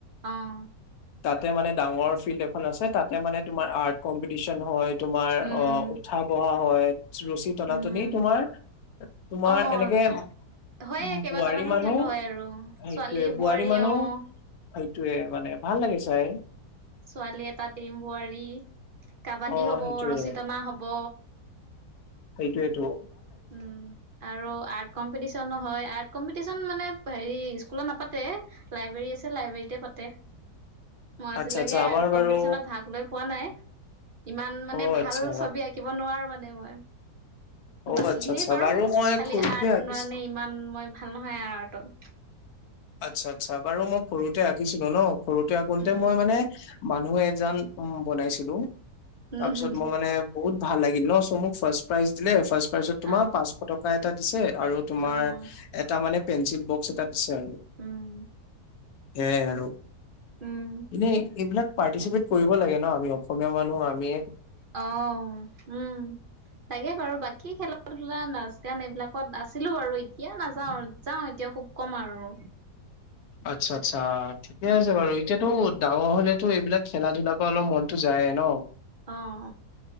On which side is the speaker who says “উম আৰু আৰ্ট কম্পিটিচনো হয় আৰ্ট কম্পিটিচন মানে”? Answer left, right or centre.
Right